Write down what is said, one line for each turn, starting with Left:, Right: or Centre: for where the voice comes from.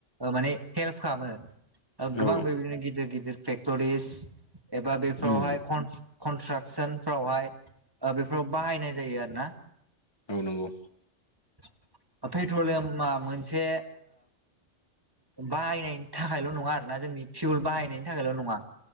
Right: माने हेल्प खालामो
Left: औ
Right: गोबां बेबायदिनो गिदिर गिदिर फेक्ट'रिस एबा बे फावहाय
Left: उम
Right: कनस्ट्राकसन फावहाय बेफोराव बाहायनाय जायो आरो ना
Left: औ नंगौ।
Right: <unintelligible> पेट्रलियामा मोनसे बाहायनायनि थाखायल' नङा आरोना जों जोंनि फिउल बाहायनायनि थाखायल' नङा